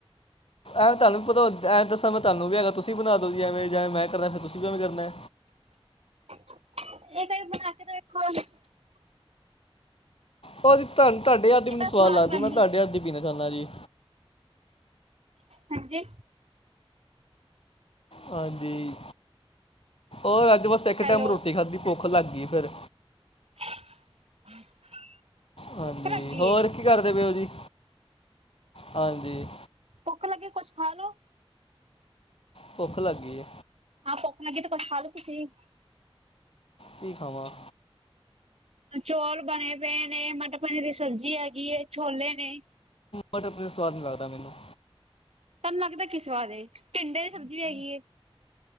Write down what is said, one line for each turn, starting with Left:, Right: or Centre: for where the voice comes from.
Left: ਐਂ ਤੁਹਾਨੂੰ ਪਤਾ ਐਂ ਦੱਸਾਂ ਮੈਂ ਤੁਹਾਨੂੰ ਕਹਿ ਰਿਹਾ ਤੁਸੀਂ ਬਣਾ ਦੋ ਵੇਂ ਜਾਵੇ ਮੈਂ ਕਰਨਾ ਫਿਰ ਤੁਸੀਂ ਵੀਵੇਂ ਕਰਨਾ
Right: <unintelligible>
Left: ਉਹਜੀ ਤੁ ਤੁਹਾਡੇ
Right: ਕਿੱਦਾਂ
Left: ਹੱਥ ਦੀ ਮੈਨੂੰ ਸਵਾਦ ਲੱਗਦੀ
Right: ਬਣਦੀ
Left: ਮੈਂ ਤੁਹਾਡੇ ਹੱਥ ਦੀ ਪੀਣਾ ਚਾਹੰਦਾ ਜੀ।
Right: ਹਾਂਜੀ
Left: ਹਾਂਜੀ ਓਰ ਅੱਜ ਬਸ ਇੱਕ
Right: ਹੈਲੋ
Left: ਟੈਮ ਰੋਟੀ ਖਾਧੀ ਭੁੱਖ ਲੱਗ ਗਈ। ਫਿਰ
Right: <inaudible>
Left: ਹਾਂਜੀ
Right: ਭੁੱਖ ਲੱਗੀ
Left: ਹੋਰ
Right: ਏ
Left: ਕੀ ਕਰਦੇ ਪਏਓ ਜੀ? ਹਾਂਜੀ-
Right: ਭੁੱਖ ਲੱਗੇ ਕੁੱਛ ਖਾ ਲੋ-
Left: ਭੁੱਖ ਲੱਗ ਗਈ।
Right: ਹਾਂ ਭੁੱਖ ਲੱਗੇ ਤੇ ਕੁਛ ਖਾਲੋ ਤੁਸੀਂ
Left: ਕੀ ਖਾਵਾਂ?
Right: ਚੋਲ ਬਣੇ ਪਏ ਨੇ, ਮਟਰ ਪਨੀਰ ਦੀ ਸਬਜ਼ੀ ਹੈਗੀ ਛੋਲੇ ਨੇ-
Left: ਮਟਰ ਪਨੀਰ ਸਵਾਦ ਨੀ ਲੱਗਦਾ ਮੈਨੂੰ-
Right: ਤੁਹਾਨੂੰ ਲੱਗਦਾ ਕੀ ਸਵਾਦ ਏ? ਟਿੰਡੇ ਦੀ ਸਬਜ਼ੀ ਵੀ ਹੈਗੀ ਏ।